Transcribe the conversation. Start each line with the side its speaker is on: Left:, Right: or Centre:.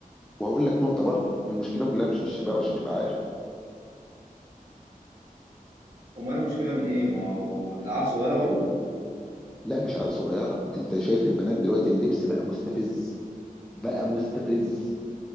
Centre: وهقول لك نقطه برضو المشكله كلها مش من الشباب عشان تبقى عارف
Right: امال المشكله من ايه ما هو العيال صغيره برضو
Centre: لا مش عيال صغيره انت شايف البنات دلوقتي اللبس بقى مستفز بقى مستفز